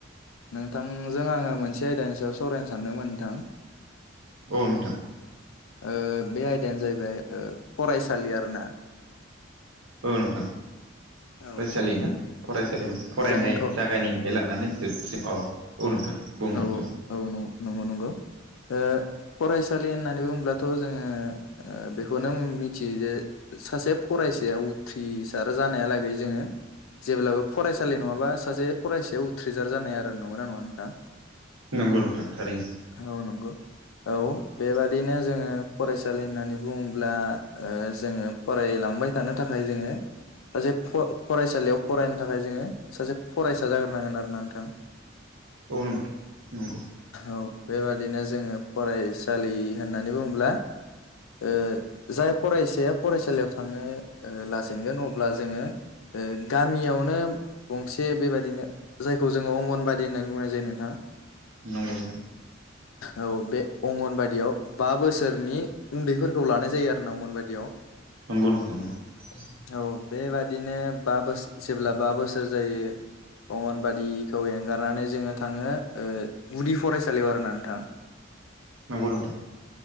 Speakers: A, on the left; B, on the right.
A: नोंथां जों आङो मोनसे आयदानि सायाव सावरायनो सानदोंमोन नोंथां
B: औ नोंथां
A: ओ बे आयदायानो जाहैबाय ओ फरायसालि आरोना
B: औ नोंथां फरायसालि
A: औ ओ
B: ना फरायसालिमोन फरायनाय
A: जोंथ' औ
B: जागायनायनिफ्राय लानानै जोबसिम औ औ नोंथां बुं
A: औ
B: नोंथां
A: औ औ नंगौ नंगौ ओ फरायसालि होननानै बुङोब्लाथ' जोङो ओ बेखौनो मिथियो जे सासे फराय साया उथ्रिसार जानायालागै जोङो जेब्लाबो फरायसालि नङाबा सासे फरायसाया उथ्रिजार जानो हाया आरो नंगोना नङा नोंथां?
B: नंगौ नोंथां थारैनो
A: औ नंगौ औ बेबादिनो जोङो फरायसालि होननानै बुङोब्ला ओ जोङो फराय लांबाय थानो थाखाय जोङो सासे फरायसालियाव फरायनो थाखाय जोङो सासे फरायसा जाग्रोनांगोन आरो ना नोंथां <inaudible>
B: औ नोंथां नंगौ
A: औ बेबादिनो जोङो फरायसालि होननानै बुङोब्ला ओ जाय फरायसाया फरायसालियाव थांनो लाजेनगोन अब्ला जोङो ओ गामियावनो गंसे बेबादिनो जायखौ जोङो अंगनबादि होननानै बुंनाय जायो नोंथां
B: नंगौ नोंथां
A: औ बे अंगनबादियाव बा बोसोरनि उन्दैफोरखौ लानाय जायो आरो ना अंगनबादियाव
B: नंगौ नोंथां नंगौ
A: औ बेबादिनो बा बोसोर जेब्ला बा बोसोर जायो अंगनबादिखौ एंगारनानै जोङो थाङो ओ गुदि फरायसालियाव आरोना नोंथां
B: नंगौ नोंथां